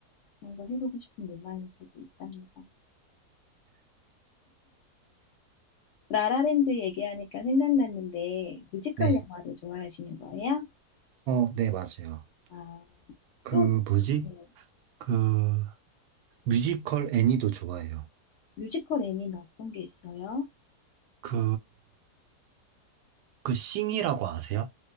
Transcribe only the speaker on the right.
네.
어, 네, 맞아요.
그,
뭐지?
그, 뮤지컬 애니도 좋아해요.
그, 그 싱이라고 아세요?